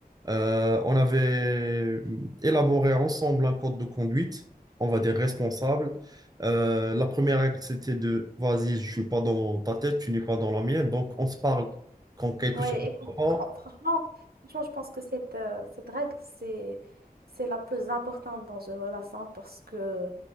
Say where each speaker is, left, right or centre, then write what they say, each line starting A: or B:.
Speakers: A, on the right; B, on the right.
A: Euh, on avait euh, élaboré ensemble un code de conduite, on va dire responsable euh, la première règle, c'était de, vas-y, je suis pas dans ta tête, tu n'es pas dans la mienne, donc on se parle. Quand quelque
B: Ouais,
A: chose ne
B: écoute,
A: va
B: fran-
A: pas,
B: franchement, franchement, je pense que cette, euh, cette règle, c'est, c'est la plus importante dans une relation parce que,